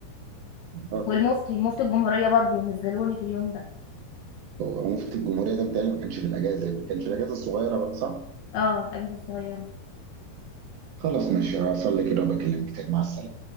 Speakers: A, on the right; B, on the left.
A: آه،
B: والمفتي مفتي الجمهوريه برضو نزلوني في اليوم ده
A: هو مفتي الجمهورية ده متهيألي ما كانش في الأجازة ما كانش في الأجازة الصغيرة بقى صح؟
B: اه الاجازه الصغيره
A: خلاص ماشي هصلي كده وبكلمك تاني مع السلامة